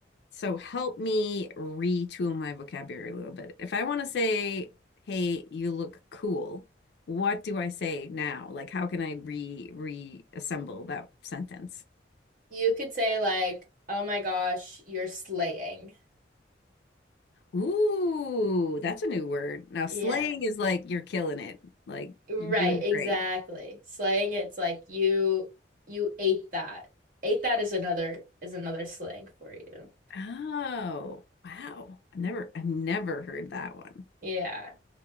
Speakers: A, on the left (about 60°); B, on the right (about 50°).
A: So help me retool my vocabulary a little bit. If I want to say, hey, you look cool, what do I say now? Like, how can I re reassemble that sentence?
B: You could say like, oh my gosh, you're slaying.
A: Ooh, that's a new word. Now,
B: Yeah.
A: slaying is like you're killing it. Like
B: Right,
A: you're doing
B: exactly.
A: great.
B: Slaying, it's like you you ate that. Ate that is another is another slang for you.
A: Oh, wow. I've never I've never heard that one.
B: Yeah,